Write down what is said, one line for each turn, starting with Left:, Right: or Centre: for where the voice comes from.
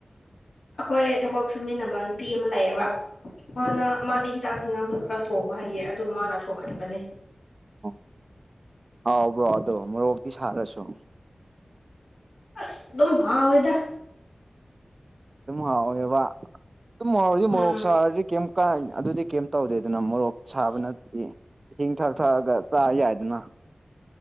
Left: ꯑꯩꯈꯣꯏ ꯊꯕꯛ ꯁꯨꯃꯤꯟꯅꯕ ꯅꯨꯄꯤ ꯑꯃ ꯂꯩꯥꯛꯑꯦꯕ ꯃꯥꯅ ꯃꯥꯗꯤ ꯆꯆꯥꯛ ꯍꯤꯟꯖꯥꯡꯁꯨ ꯈꯔ ꯊꯣꯡꯕ ꯍꯩꯌꯦ ꯑꯗꯨ ꯃꯥꯅ ꯊꯣꯡꯍꯟꯕꯅꯦ
Right: ꯑꯣ ꯍꯥꯎꯕ꯭ꯔꯣ ꯑꯗꯣ ꯃꯣꯔꯣꯛꯇꯤ ꯁꯥꯔꯁꯨ
Left: ꯑꯁ ꯑꯗꯨꯝ ꯍꯥꯎ ꯑꯣꯏꯋꯦꯗ
Right: ꯑꯗꯨꯝ ꯍꯥꯎꯋꯦꯕ ꯑꯗꯨꯝ ꯍꯥꯎꯗꯤ
Left: ꯎꯝ
Right: ꯃꯣꯔꯣꯛ ꯁꯥꯔꯗꯤ ꯀ ꯀ ꯑꯗꯨꯗꯤ ꯀꯩꯝ ꯇꯧꯗꯦꯗꯅ ꯃꯣꯔꯣꯛ ꯁꯥꯕꯅꯗꯤ ꯏꯁꯤꯡ ꯊꯛ ꯊꯛꯑꯒ ꯆꯥ ꯌꯥꯏꯗꯅ